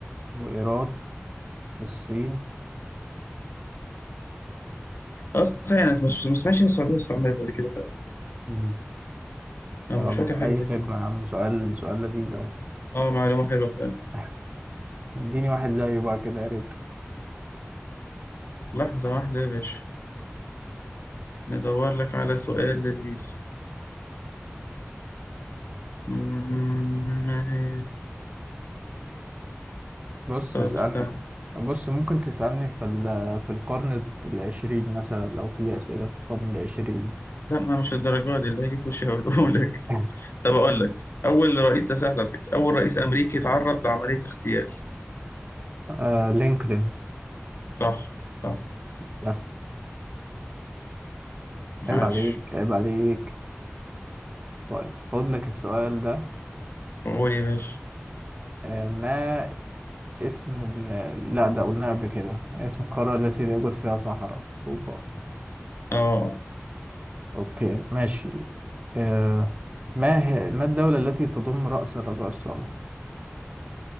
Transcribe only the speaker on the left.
أصلا أنا مش مش سمعتش إن السعودية استعملت قبل كده فعلا
أنا
مش فاكر حاجة
زي
كده
آه معلومة حلوة فعلا
لحظة واحدة يا باشا ندور لك على سؤال لذيذ مم، ما هي
طب
استنى
لا ما مش الدرجة دي اللي هيجي في وشي هقوله لك <laughs>
طب أقول لك أول رئيس ده سهل على فكرة أول رئيس أمريكي تعرض لعملية اغتيال
صح صح
عاش
قول يا باشا
آه